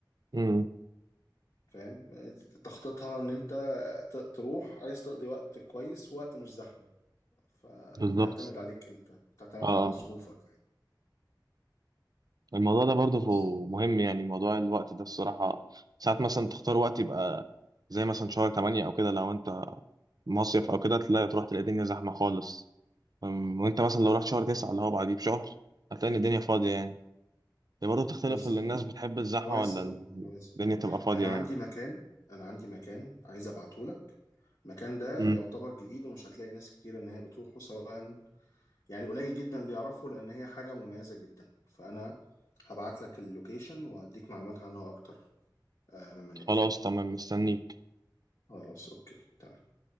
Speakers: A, on the right (about 55°); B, on the left (about 65°).
A: امم
B: فاهم تخطيطها إن أنت ت... تروح عايز تقضي وقت كويس وقت مش زحمة فدي
A: بالظبط
B: تعتمد عليك أنت تعتمد
A: اه
B: على ظروفك
A: الموضوع ده برضه فو-
B: بس
A: مهم يعني موضوع الوقت ده الصراحة ساعات مثلا تختار وقت يبقى زي مثلا شهر تمانية أو كده لو أنت مصيف أو كده تلاقي تروح تلاقي الدنيا زحمة خالص أم، وأنت مثلا لو رحت شهر تسعة اللي هو بعديه بشهر هتلاقي إن الدنيا فاضية يعني هي برضه بتختلف
B: بالظبط
A: اللي الناس بتحب الزحمة
B: مواسم
A: ولا
B: مواسم
A: الدنيا تبقى فاضية
B: انا
A: يعني
B: عندي مكان انا عندي مكان عايز ابعته لك المكان ده
A: امم
B: يعتبر جديد ومش هتلاقي ناس كتير ان هي بتروحه سواء يعني قليل جدا اللي يعرفه لان هي حاجه مميزه جدا فانا هبعت لك اللوكيشن وهديك معلومات عنها اكتر آه لما نقفل
A: خلاص تمام مستنيك
B: خلاص اوكي تمام